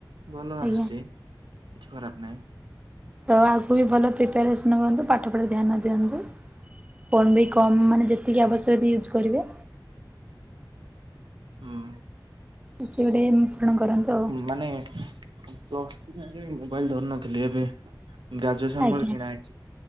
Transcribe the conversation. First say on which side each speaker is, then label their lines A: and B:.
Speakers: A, on the right; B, on the right.
A: ଭଲ
B: ଆଜ୍ଞା
A: ଆସଚି କିଛି ଖରାପ୍ ନାଇଁ।
B: ତ ଆଗୁକୁ ବି ଭଲ ପ୍ରିପାଏରେସନ୍ ହୁଅନ୍ତୁ। ପାଠ ପଢ଼ାରେ ଧ୍ୟାନ ଦିଅନ୍ତୁ। ଫୋନ୍ ବି କମ୍ ମାନେ ଯେତିକି ଆବଶ୍ୟକ ୟୁଜ୍ କରିବେ।
A: ହୁଁ
B: କିଛି ଗୋଟେ ପୂରଣ କରନ୍ତୁ ଆଉ।
A: ମାନେ ତ ମୋବାଇଲ ଧରିନଥିଲି ଏବେ ଗ୍ରାଜୁଏସନ
B: ଆଜ୍ଞା
A: ପରେ କିଣା ହେଇଚି।